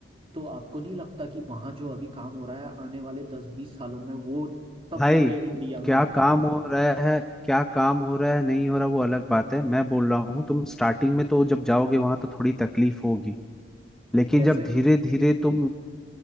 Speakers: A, on the right (about 30°); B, in the centre.
A: तो आपको नहीं लगता कि वहाँ जो अभी काम हो रहा है आने वाले दस बीस सालों में वो तब
B: भाई
A: जाके इंडिया में
B: क्या
A: होगा
B: काम हो रहा है क्या काम हो रहा है नहीं हो रहा वो अलग बात है मैं बोल रहा हूँ तुम स्टार्टिंग में तो जब जाओगे वहां तो थोड़ी तकलीफ होगी लेकिन
A: कैसे
B: जब धीरे धीरे तुम